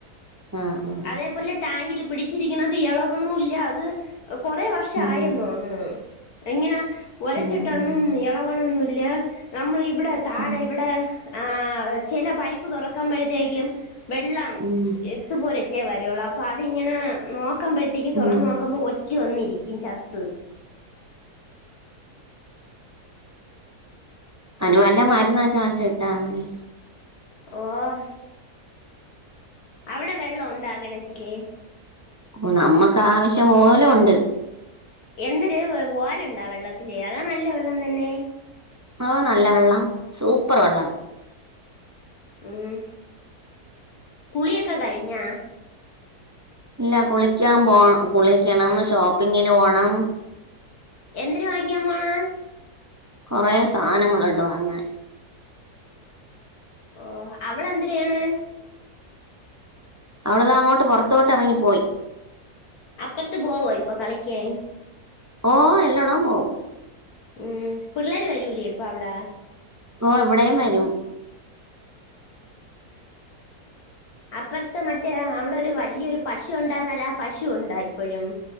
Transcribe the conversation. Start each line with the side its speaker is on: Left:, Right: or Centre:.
Right: ആഹ് ആഹ്
Left: അതേപോലെ ടാങ്കില് പിടിച്ചിരിക്കണത് എളക്ണുല്ല ഇല്ല അത് കൊറെ വർഷ
Right: ഉം
Left: ആയെന്നു തോന്ന്ണു എങ്ങനെ ഒരച്ചിട്ടൊന്നും
Right: ഉം ഉം
Left: എളവണന്നും ഇല്ല നമ്മളെ ഇവിടെ താഴെ
Right: ഉം
Left: ഇവിടെ ആഹ് ചെല പൈപ്പ് തുറക്കുമ്പ ഴ്ത്തേക്കും വെള്ളം
Right: ഉം
Left: എത്തുപോരു ച്ചിയേ വരു ഒള്ളൂ അപ്പൊ അത് ഇങ്ങനെ നോക്കുമ്പഴ്ത്തേക്ക് തൊറന്ന്
Right: ഉം
Left: നോക്കുമ്പോ ഒച്ച് വന്നിരിക്കും ചത്ത്
Right: അനുവല്ല മരുന്നറ്റ വാങ്ങിച്ച് ഇട്ട മതി
Left: ഓഹ് അവടെ വെള്ളം ഒണ്ടാ കെണറ്റില്
Right: ഓഹ് നമ്മക്ക് ആവശ്യം പോലെ ഒണ്ട്
Left: എന്തര് ഓര്ണ്ടാ വെള്ളത്തില് അതാ നല്ല വെള്ളം തന്നെ
Right: ഓഹ് നല്ല വെള്ള സൂപ്പർ വെള്ളം
Left: ഉം കുളിയക്ക കഴിഞ്ഞാ
Right: ഇല്ല കുളിക്കാൻ പോ കുളിക്കണം ഷോപ്പിങ്ങിന് പോണം
Left: എന്തെര് വാങ്ങിക്കാൻ പോണേ
Right: കൊറെ സാധനങ്ങളൊണ്ട് വാങ്ങൻ
Left: ഓഹ് അവളെന്തരെയ്യണ്
Right: അവള്താ അങ്ങോട്ട് പുറത്തോട്ട് എറങ്ങിപ്പോയി
Left: അപ്പറത്ത് പോവോ ഇപ്പൊ കളിക്കാൻ
Right: ഓഹ് എല്ലടം പോവും
Left: ഉം പിള്ളേര് വരൂലേ ഇപ്പ അവ്ടെ
Right: ഓഹ് എവിടെയും വരും
Left: അപ്പറത്ത് മറ്റേ അവിടെ ഒരു വലിയൊരു പശു ഒണ്ടായിര്ന്നല്ല ആ പശു ഒണ്ട ഇപ്പോഴും